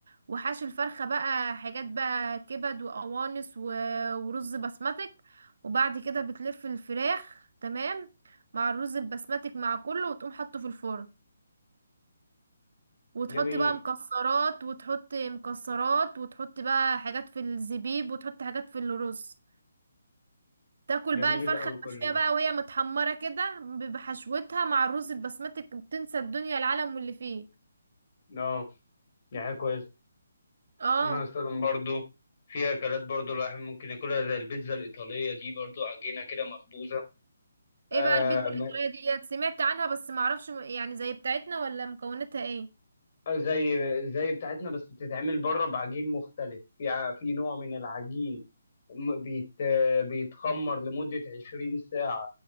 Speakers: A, on the right (about 65°); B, on the left (about 45°).
A: وحشو الفرخة بقى حاجات بقى كبد وقوانص و- ورز بسمتك وبعد كده بتلف الفراخ تمام مع الرز البسمتك مع كله وتقوم حطه في الفرن وتحط
B: جميل
A: بقى مكسرات وتحط مكسرات وتحط بقى حاجات في الزبيب وتحط حاجات في الرز تاكل
B: جميل
A: بقى الفرخة
B: قوي
A: المشوية
B: كل ده
A: بقى وهي متحمرة كده بحشوتها مع الرز البسمتك بتنسى الدنيا العالم واللي فيه
B: اه يعني كويس
A: اه
B: مثلا برضو في أكلات برضو الواحد ممكن ياكلها زي البيتزا الإيطالية دي برضو عجينة كده مخبوزة
A: ايه
B: آه
A: بقى البيتزا الايطالية
B: ما-
A: ديت سمعت عنها بس معرفش م- يعني زي بتاعتنا ولا مكوناتها ايه
B: زي زي بتاعتنا بس بتتعمل بره بعجين مختلف في ع- في نوع من العجين م- بيت آه، بيتخمر لمدة 20 ساعة